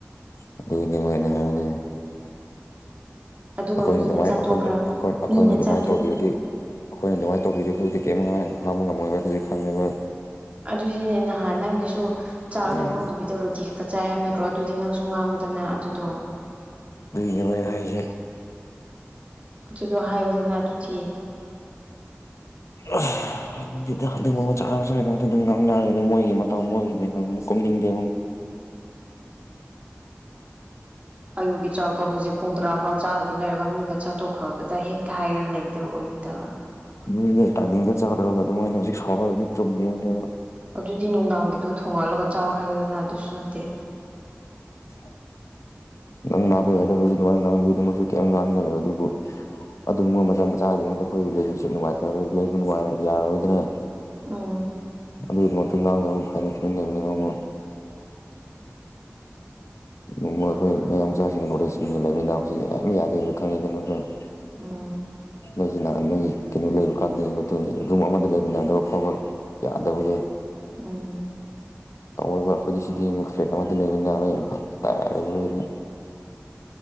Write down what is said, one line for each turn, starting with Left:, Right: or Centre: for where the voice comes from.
Left: ꯑꯗꯨꯒꯤꯅꯦꯕ ꯑꯩꯅ ꯍꯥꯏꯕꯗꯤ
Right: ꯑꯗꯨꯒ
Left: ꯑꯩꯈꯣꯏꯅ
Right: ꯃꯤꯅ
Left: ꯑꯗꯨꯃꯥꯏꯅ
Right: ꯆꯥꯠꯇꯣꯛꯈ꯭ꯔ
Left: ꯑꯩꯈꯣꯏꯅ ꯑꯩꯈꯣꯏꯅ
Right: ꯃꯤꯅ
Left: ꯑꯗꯨꯃꯥꯏꯅ
Right: ꯆꯥꯠꯇꯣꯛ
Left: ꯇꯧꯕꯤꯔꯗꯤ ꯑꯩꯈꯣꯏꯅ ꯑꯗꯨꯃꯥꯏꯅ ꯇꯧꯕꯤꯔ ꯍꯧꯖꯤꯛꯇꯛ ꯀꯔꯤ ꯍꯥꯡꯕ ꯉꯝꯃꯣꯏꯕ ꯍꯧꯖꯤꯛ ꯈꯪꯉꯤꯕ
Right: ꯑꯗꯨꯅꯦ ꯅꯍꯥꯟ ꯅꯪꯒꯤꯁꯨ ꯆꯥꯛ
Left: ꯎꯝ
Right: ꯂꯦꯝꯍꯧꯗꯕꯤꯗ ꯔꯣꯇꯤ ꯈꯦꯛꯇ ꯆꯥꯏ ꯍꯥꯏꯕ ꯅꯠꯇ꯭ꯔꯣ ꯑꯗꯨꯗꯤ ꯅꯪ ꯁꯨꯡ ꯉꯥꯡꯉꯨꯗꯅ ꯑꯗꯨꯗꯣ
Left: ꯒꯤꯃꯩ ꯔ ꯍꯥꯏꯁꯦ
Right: ꯑꯗꯨꯗꯣ ꯍꯥꯏꯕꯗꯅ ꯑꯗꯨꯗꯤꯌꯦ
Left: <inaudible> ꯑꯗꯨꯒꯨꯝꯕ ꯃꯆꯥ ꯃꯆꯥ ꯑꯗꯨꯝ ꯉꯥꯡꯅꯦ ꯑꯗꯨꯝ ꯃꯣꯏꯒꯤ ꯃꯇꯧ ꯃꯣꯏꯒꯤ ꯂꯩꯕ ꯀꯅꯤꯡꯗꯦ
Right: ꯑꯌꯨꯛꯀꯤ ꯆꯥꯛꯇꯣ ꯍꯧꯖꯤꯛ ꯄꯨꯡ ꯇꯔꯥꯐꯥꯎ ꯆꯥꯗꯕꯤ ꯂꯩꯔꯒ ꯃꯤꯅ ꯆꯥꯠꯇꯣꯛꯈ꯭ꯔꯕꯗ ꯍꯦꯛ ꯍꯥꯏꯔ ꯂꯩꯦꯕꯗ ꯑꯣꯏ ꯎꯠꯇꯕ
Left: ꯅꯣꯏꯅꯦ ꯇꯥꯏꯃꯤꯡꯗ ꯆꯥꯗ꯭ꯔꯕ ꯑꯗꯨꯣ ꯃꯣꯏꯅ ꯍꯧꯖꯤꯛ ꯁꯔꯗꯤ ꯆꯨꯝꯗꯕꯅꯦ
Right: ꯑꯗꯨꯗꯤ ꯅꯨꯡꯗꯥꯡꯒꯤꯗꯣ ꯊꯣꯡꯉꯠꯂꯒ ꯆꯥꯎ ꯍꯥꯏꯕꯗꯅ ꯑꯗꯨꯁꯨ ꯅꯠꯇꯦ
Left: <inaudible> ꯉꯪ ꯅꯥꯕꯩ ꯌꯥꯏꯗꯣ ꯍꯧꯖꯤꯛ ꯑꯗꯨꯃꯥꯏꯅ ꯉꯥꯡꯕꯒꯤꯗ ꯃꯁꯨ ꯀꯩꯝ ꯉꯥꯡꯅꯤ ꯈꯜꯂꯔꯣ ꯑꯗꯨꯕꯨ ꯑꯗꯨꯒꯨꯝꯕ ꯃꯆꯥ ꯃꯆꯥꯗꯤꯃꯛꯇ ꯑꯩꯈꯣꯏ ꯔꯤꯂꯦꯁꯟꯁꯤꯞ ꯅꯨꯡꯉꯥꯏꯇ ꯂꯩꯕ ꯥꯏ ꯌꯥꯔꯔꯣꯏꯗꯅ
Right: ꯎ
Left: ꯑꯗꯨꯗ ꯃꯠꯇ ꯉ ꯐꯥꯏꯩꯅ ꯇꯅꯤꯉ ꯃꯣꯏ ꯑꯩꯈꯣꯏ ꯃꯌꯥꯝ ꯃꯆꯥꯁꯤꯡ ꯅꯣꯂꯦꯖꯁꯤꯡ ꯂꯩꯃꯤꯟꯅꯕꯁꯤ ꯌꯥꯝ ꯌꯥꯗꯦ ꯍꯥꯏꯕ ꯈꯪꯉꯤ ꯑꯗꯨꯅ <inaudible>
Right: ꯎꯝ
Left: ꯅꯪꯁꯨ ꯅꯪꯒꯤ ꯀꯩꯅꯣ ꯂꯩꯕ ꯀꯥꯟꯗ ꯔꯨꯝ ꯑꯃꯗ ꯂꯩꯕ ꯅꯥꯗꯕ ꯐꯥꯎꯕ ꯌꯥꯗꯕꯨꯗꯤ
Right: ꯎꯝ
Left: ꯇꯧꯔꯒ ꯑꯩꯈꯣꯏꯗꯤ ꯁꯤꯗꯤꯣꯏ ꯊ꯭ꯔꯦꯠ ꯑꯃꯠꯇ ꯂꯩꯅꯤ ꯑꯩ ꯌꯥꯝ ꯐ ꯇꯥꯦꯅꯤ <inaudible>